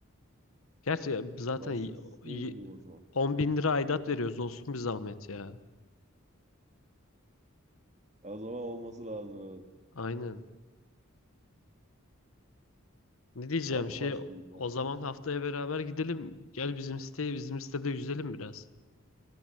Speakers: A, on the left (about 85°); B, on the right (about 35°).
A: Gerçi zaten
B: Ben
A: y-
B: sizin siteye
A: y-
B: geleyim o zaman.
A: 10 bin lira aidat veriyoruz olsun bir zahmet ya.
B: Ya o zaman olması lazım. evet.
A: Aynen. Ne diyeceğim
B: Var mı
A: şey
B: başka ilgilendiğiniz
A: o zaman
B: spor?
A: haftaya beraber gidelim. Gel bizim siteye bizim sitede yüzelim biraz.